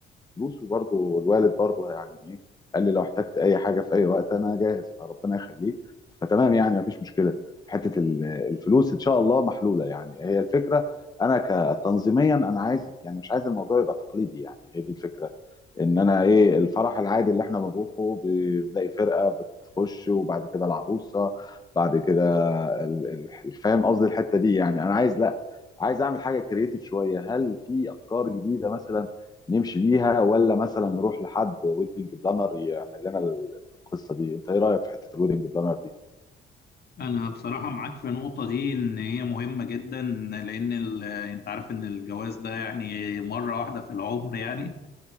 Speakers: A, on the left; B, on the left.
A: فلوس وبرضه الوالد برضه يعني ايه قال لي لو احتجت اي حاجه في اي وقت انا جاهز فربنا يخليه فتمام يعني مفيش مشكله في حته ال- الفلوس ان شاء الله محلوله يعني هي الفكره انا كتنظيميا انا عايز يعني مش عايز الموضوع يبقى تقليدي يعني هي دي الفكره ان انا ايه الفرح العادي اللي احنا بنروحه بنلاقي فرقه بتخش وبعد كده العروسه بعد كده ال- ال- فاهم قصدي الحته دي يعني انا عايز لا عايز اعمل حاجه كرييتيف شويه هل في افكار جديده مثلا نمشي بيها ولا مثلا نروح لحد ويدنج بلانر يعمل لنا ال- القصه دي انت ايه رايك في حته الويدنج بلانر دي
B: انا بصراحة معاك في النقطة دي ان هي مهمة جدا لان ال... انت عارف ان الجواز ده يعني مرة واحدة في العمر يعني